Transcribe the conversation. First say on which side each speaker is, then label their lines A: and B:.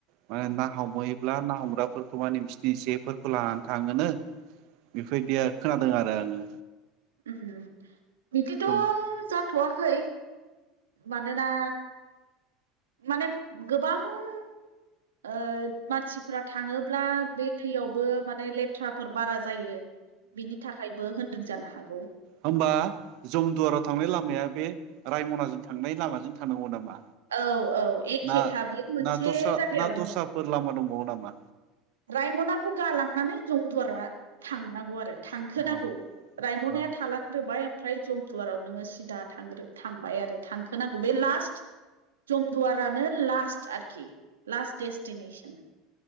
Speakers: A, on the right; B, on the right.
A: मा ना हमहैयोब्ला ना हमग्राफोरखौ माने बिसिनि जेफोरखौ लानानै थाङोनो बेफोरदिया खोनादों आरो आङो
B: ओम बिदिथ'
A: जम
B: जाथ'वाखै मानोना माने गोबां ओ मानसिफ्रा थाङोब्ला बे दैयावबो माने लेथ्राफोर बारा जायो बिनि थाखायबो होनदों जानो हागौ
A: होमबा जमदुवाराव थांनाय लामाया बे रायमनाजों थांनाय लामाजों थांनांगौ नामा
B: औ औ एखेखा
A: ना
B: बियो मोनसे
A: ना दस्रा
B: जायगायावनो
A: ना दस्राफोर लामा दंबावो नामा
B: रायमनाखौ गालांनानै जमदुरा थांनांगौ आरो थांखोनांगौ
A: अ
B: रायमनाया
A: अ
B: थालांग्रोबाय ओमफ्राय जमदुवाराव नोङो सिदा थांग्रो थांबाय आरो थांखोनांगौ बे लास्ट जमदुवारानो लास्ट आरोखि लास्ट दडेस्टिनेसन